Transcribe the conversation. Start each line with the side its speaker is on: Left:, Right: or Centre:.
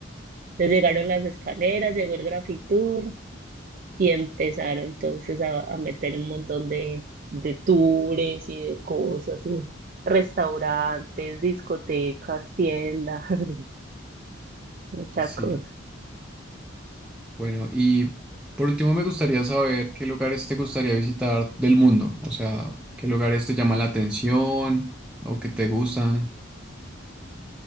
Right: Entonces llegaron las escaleras, llegó el grafitur. y empezaron entonces a, a meter un montón de, de tours y de cosas, y restaurantes, discotecas, tiendas, <laughs> muchas
Centre: sí.
Right: cosas.
Centre: Bueno, y por último me gustaría saber qué lugares te gustaría visitar del mundo, o sea, qué lugares te llaman la atención o que te gustan.